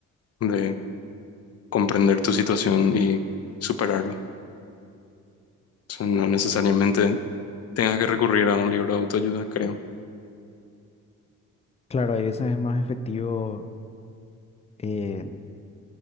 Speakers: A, on the left (about 55°); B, on the left (about 20°).
A: de comprender tu situación y superarlo. O sea, no necesariamente tengas que recurrir a un libro de autoayuda, creo.
B: Claro, a veces es más efectivo. eh,